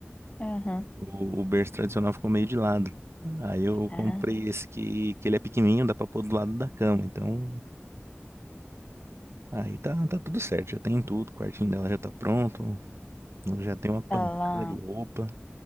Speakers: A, on the left; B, on the right.
A: Aham.
B: O, o berço tradicional ficou meio de lado. Aí eu
A: Ah,
B: comprei esse que, que ele é pequenininho, dá pra pôr do lado da cama. Então, aí tá, tá tudo certo, já tem tudo. O quartinho dela já tá pronto. Ela já tem uma pancada
A: ela,
B: de roupa.